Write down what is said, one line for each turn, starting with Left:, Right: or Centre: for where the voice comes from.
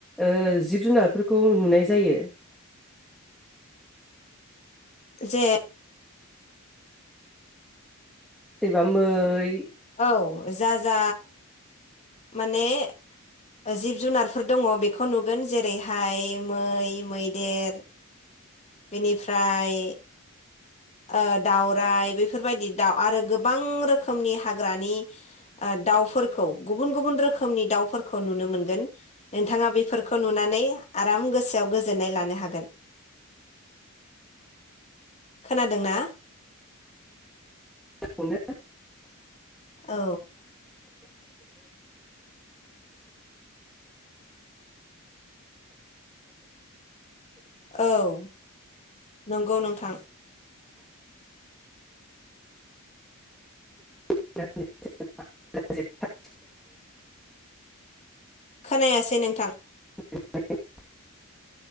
Centre: ओ जिब जुनारफोरखौ नुनाय जायो?
Left: जे
Centre: जेनेबा मै
Left: औ जा जा माने ओ जिब जुनारफोर दङ' बेखौ नुगोन जेरैहाय मै, मैदेर बेनिफ्राय ओ दाउराइ बेफोरबायदि दाउ आरो गोबां रोखोमनि हाग्रानि ओ दाउफोरखौ गुबुन गुबुन रोखोमनि दाउफोरखौ नुनो मोनगोन। नोंथाङा बेफोरखौ नुनानै आराम गोसोआव गोजोननाय लानो हागोन। खोनादोंना?
Centre: <unintelligible>
Left: औ। औ नंगौ नोंथां।
Centre: <unintelligible>
Left: खोनायासै नोंथां
Centre: <unintelligible>